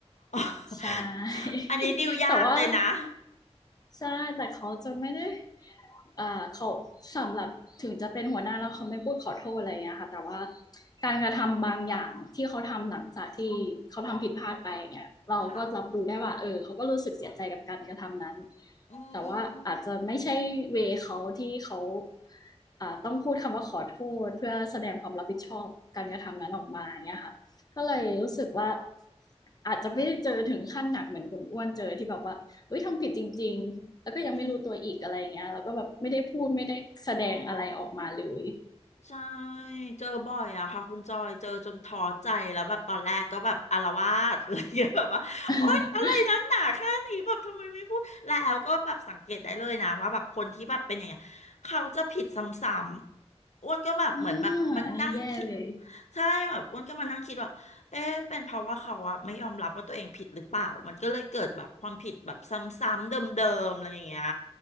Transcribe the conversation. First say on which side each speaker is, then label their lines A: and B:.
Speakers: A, on the left (about 85°); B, on the left (about 35°).
A: <laughs>
B: ใช่
A: อันนี้ดีลยากเลยนะ
B: <laughs> แต่ว่า ใช่แต่เขาจะไม่ได้อ่าเขาสำหรับถึงจะเป็นหัวหน้าแล้วเขาไม่พูดขอโทษอะไรอย่างเงี้ยค่ะแต่ว่าการกระทำบางอย่างที่เขาทำหลังจากที่เขาทำผิดพลาดไปอย่างเงี้ยเราก็รับรู้ได้ว่าเออเขาก็รู้สึกเสียใจกับการกระทำนั้น
A: <laughs> ค่ะอื
B: แต่ว่าอาจจะไม่ใช่เวเขาที่เขา
A: ม
B: อ่าต้องพูดคำว่าขอโทษเพื่อแสดงความรับผิดชอบการกระทำนั้นออกมาอย่างเงี้ยค่ะก็เลยรู้สึกว่า
A: อืม
B: อาจจะไม่ได้เจอถึงขั้นหนักเหมือนคุณอ้วนเจอที่แบบว่า เฮ้ยทำผิดจริงๆแล้วก็ยังไม่รู้ตัวอีกอะไรเงี้ยแล้วก็แบบไม่ได้พูดไม่ได้แสดงอะไรออกมาเลย
A: อืม ใช่เจอบ่อยอะค่ะคุณจอยเจอจนท้อใจแล้วแบบตอนแรกก็แบบอาละวาดอะไร <laughs> เงี้ยแบบว่าโอ๊ยอะไรนักหนาแค่นี้แบบทำไมไม่พูดแล้วก็แบบสังเกตได้เลยนะว่าแบบคนที่แบบเป็นอย่างเงี้ยเขาจะผิดซ้ำๆอ้วนก็แบบเหมือนแบบมันนั่งคิด
B: <laughs> อ่าอันนี้แย่เลย
A: ใช่แบบอ้วนก็มานั่งคิดว่าเอ๊ะเป็นเพราะว่าเขาอะไม่ยอมรับว่าตัวเองผิดหรือเปล่ามันก็เลยเกิดแบบความผิดแบบซ้ำๆเดิมๆอะไรอย่างเงี้ย